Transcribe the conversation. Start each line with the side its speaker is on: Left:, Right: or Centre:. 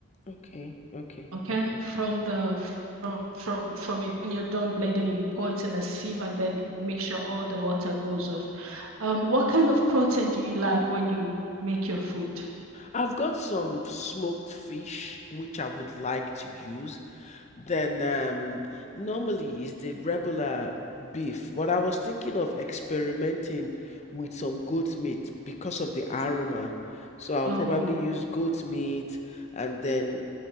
Left: Okay. Okay.
Right: okay
Left: Okay.
Right: from the from from from it when you're done blending it you pour it in a sieve and then make sure all the water goes off um what kind of protein do you like when you make your food
Left: I've got some smoked fish which I would like to use. Then um normally is the regular beef, but I was thinking of experimenting with some goat meat because of the aroma. So I'll
Right: oh
Left: probably use goat meat and then